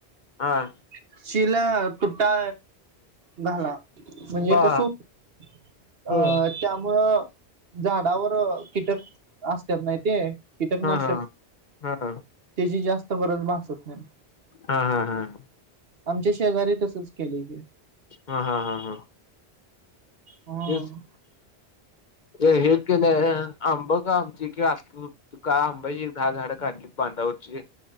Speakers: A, on the left (about 50°); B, on the right (about 65°).
A: हा हा
B: मिर्चीला तुटा घाला म्हणजे
A: हा
B: कस हुत्याय
A: हो
B: अ त्यामुळं झाडावर कीटक असत्यात नाही ते कीटकनाशक
A: हा हा हा हा
B: त्याची जास्त गरज भासत नाही
A: हा हा हा.
B: आमच्या शेजारी तसच केलेय कि
A: हा हा हा हा.
B: ह
A: तेच हे केलंय आंबा का आमची कि असल तू का आंब्याची एक दहा झाडं काढली बांधावरची रे